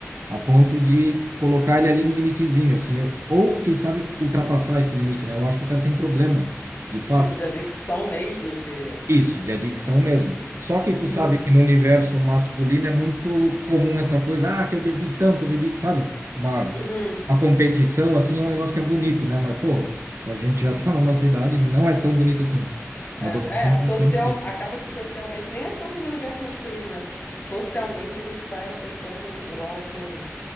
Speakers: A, on the right; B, on the left.
A: a ponto de colocar ele ali no limitezinho, assim, eu, ou quem sabe ultrapassar esse limite, né? Eu acho que o cara tem problema, de fato,
B: Tipo de adicção mesmo, de.
A: isso, de adicção mesmo. Só que tu
B: Hum,
A: sabe que no universo masculino é muito comum essa coisa, ah, que eu bebi tanto, eu bebi, sabe? Uma,
B: uhum.
A: uma competição, assim, é um negócio que é bonito, né? Mas, pô, a gente já tá na nossa idade, não é tão bonito assim.
B: É,
A: Na adolescência
B: é, social.
A: tem, tem.
B: Acaba que socialmente, nem é tanto no universo masculino, né? Socialmente a gente vai aceitando o álcool